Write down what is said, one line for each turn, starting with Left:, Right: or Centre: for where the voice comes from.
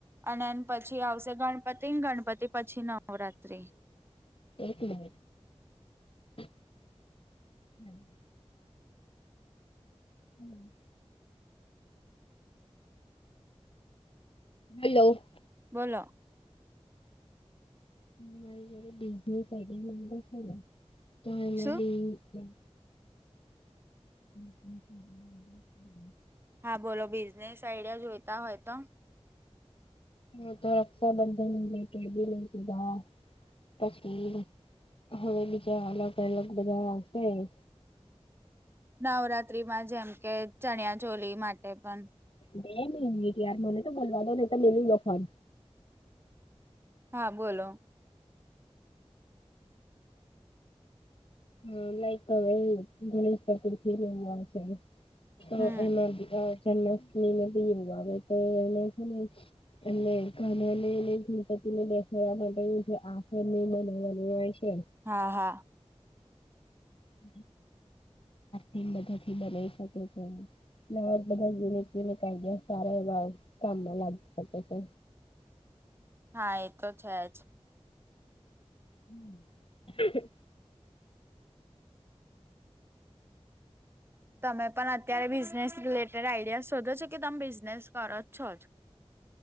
Right: અએન પછી આવશે ગણપતિ ગણપતિ પછી નવરાત્રી.
Left: એક મ હ <unintelligible> હમ <unintelligible> હલો.
Right: બોલો.
Left: રી બિઝનેસ આઈ છે ને તોરી
Right: શું?
Left: <inaudible> હ <unintelligible>
Right: હા બોલો બિઝનેસ આઈડિયા જોતા હોય તો.
Left: હ તો રક્ષાબંધન લે કેી લીધા પછી <inaudible> હવે બીજા અલગ અલગ બધા આપે ઈ.
Right: નવરાત્રીમાં જેમ કે ચણિયા ચોલી માટે પણ
Left: બેે મિનિટ યાર મને તો બોલવા દો નઇ તો મેલી દો ફોન.
Right: હા બોલો.
Left: હા લાઈક <inaudible> ગણેશ ચતુર્થી ને એવું આવશે એમ. તો
Right: હમ
Left: એમાં જન્મમી આવે તો એ એટ ઘનાની ગણપતિ ને દેખાડવા માટે આફર બનાવની હોય છે.
Right: હા હા.
Left: <unintelligible> મથી બનાવી શકે છે એ નાવે જ બધા જીરે જીરે કાયદ સારા એવા કામમાં લાગી શકે છે.
Right: હા એ તો છે જ.
Left: હમ.
Right: તમે પણ અત્યારે બિઝનેસ રિલેટેડ આઈડિયા શોધો છો કે તમે બિઝનેસ કરો જ છો જ.